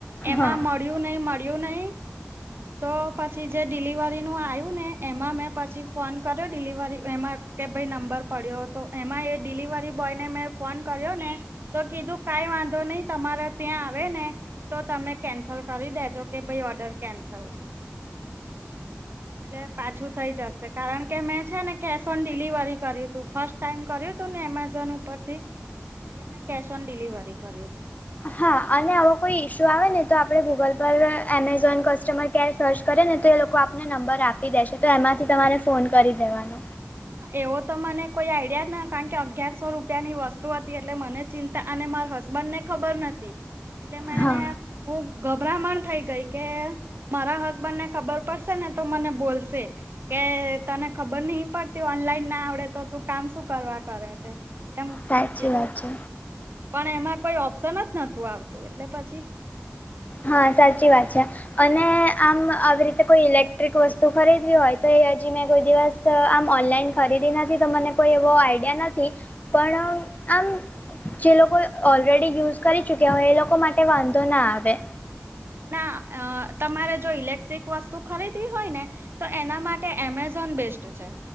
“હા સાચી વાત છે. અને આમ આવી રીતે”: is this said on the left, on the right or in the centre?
Left